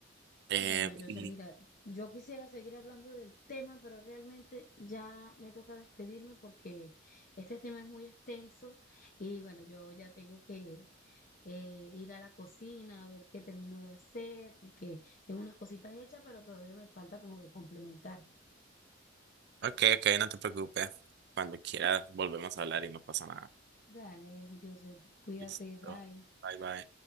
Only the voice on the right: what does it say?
Eh,
y-
ok, ok, no te preocupes. Cuando quieras volvemos a hablar y no pasa nada.
Listo.
Bye, bye.